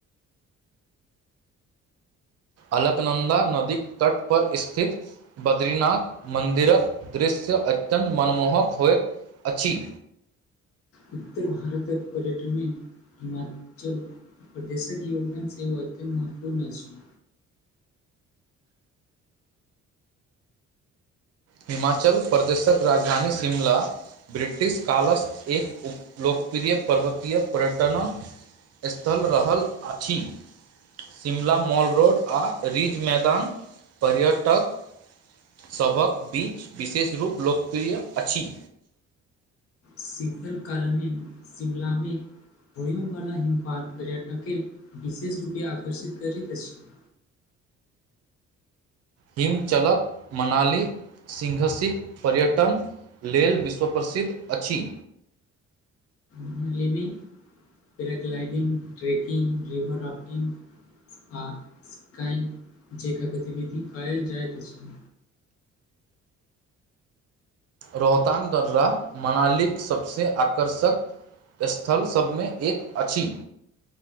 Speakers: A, on the right (about 55°); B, on the left (about 50°).
A: अलकनंन्दा नदी तट पर स्थित बद्रीनाथ मन्दिरक दृश्य अत्यन्त मनमोहक होइत अछि।
B: उत्तर भारतक पर्यटन मे हिमाचल पर देशक योगदान सेहो अत्यंन्त महत्वपूर्ण अछि।
A: हिमाचल प्रदेशक राजधानी शिमला। ब्रिटिश कालस एक उप लोकप्रिय पर्वतीय पर्यटन स्थल रहल आछि। शिमला मॉल रोड आ रिज मैदान पर्यटक सभक बीच विशेष रूप लोकप्रिय अछि।
B: शीतल कालमे शिमलामे होयमवला हिमपात पर्यटके विशेष रूपे आकर्षित करैत अछि।
A: हिमचलक मनाली सिंघसीक पर्यटन लेल विश्व प्रसिद्ध अछि।
B: <unintelligible> पैराग्लाइडिंग, ट्रैकिंग, रिवर राफ्टिंग आ स्काईंग जेंका गतिविधि कयल जाइत अछि।
A: रोहतांग दर्रा मनालीक सबसे आकर्षक स्थल सभमे एक अछि।